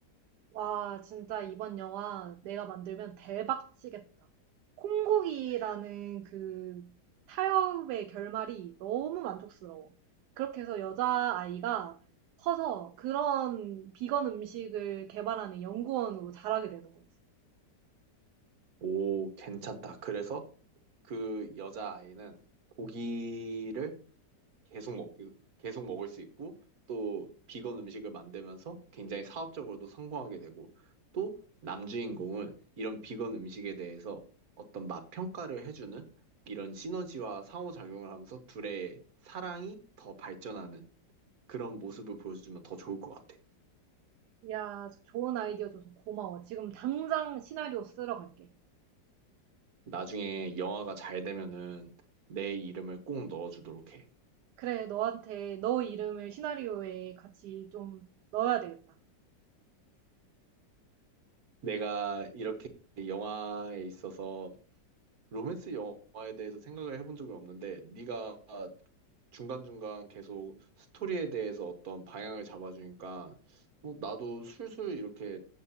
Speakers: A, on the right; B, on the right.
A: 와, 진짜 이번 영화 내가 만들면 대박 치겠다. 콩고기라는 그 타협의 결말이 너무 만족스러워. 그렇게 해서 여자아이가 커서 그런 비건 음식을 개발하는 연구원으로 자라게 되는 거지.
B: 오, 괜찮다. 그래서 그 여자아이는 고기를 계속 먹기, 계속 먹을 수 있고, 또 비건 음식을 만들면서 굉장히 사업적으로도 성공하게 되고, 또 남주인공은 이런 비건 음식에 대해서 어떤 맛 평가를 해주는 이런 시너지와 상호작용을 하면서 둘의 사랑이 더 발전하는 그런 모습을 보여주면 더 좋을 것 같아.
A: 야, 좋은 아이디어 줘서 고마워. 지금 당장 시나리오 쓰러 갈게.
B: 나중에 영화가 잘 되면은 내 이름을 꼭 넣어주도록 해.
A: 그래, 너한테 너 이름을 시나리오에 같이 좀 넣어야 되겠다.
B: 내가 이렇게 영화에 있어서 로맨스 영화에 대해서 생각을 해본 적이 없는데 네가 중간중간 계속 스토리에 대해서 어떤 방향을 잡아주니까 어, 나도 술술 이렇게